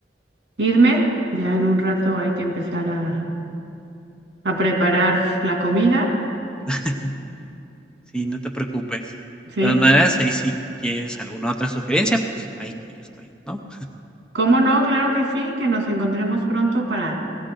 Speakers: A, on the right; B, in the centre.
A: irme. Ya en un rato hay que empezar a, a preparar la comida,
B: <laughs> Sí, no te preocupes.
A: ¿sí?
B: De todas maneras, ahí si quieres alguna otra sugerencia, pues ahí que yo estoy, ¿no?
A: ¿Cómo no? Claro que sí, que nos encontremos pronto para